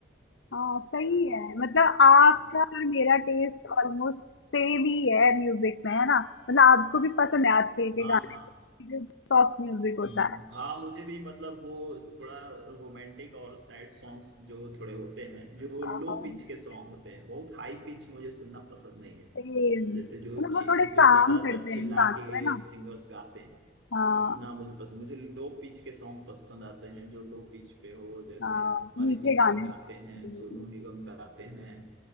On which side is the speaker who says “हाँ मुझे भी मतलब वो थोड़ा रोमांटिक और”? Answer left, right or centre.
Right